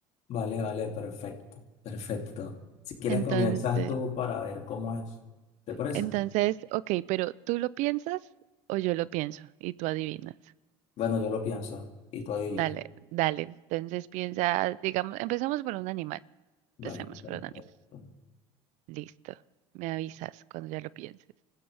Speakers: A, on the left; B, on the right.
A: Vale, vale, perfecto, perfecto. Si quieres
B: Entonces,
A: comienzas tú para ver cómo es. ¿Te parece?
B: entonces, ok, pero ¿tú lo piensas o yo lo pienso y tú adivinas?
A: Bueno, yo lo pienso y tú adivinas.
B: Dale, dale. Entonces piensa, digamos, empezamos por un animal.
A: Vale,
B: Empecemos
A: perfecto.
B: por un animal. Listo. Me avisas cuando ya lo pienses.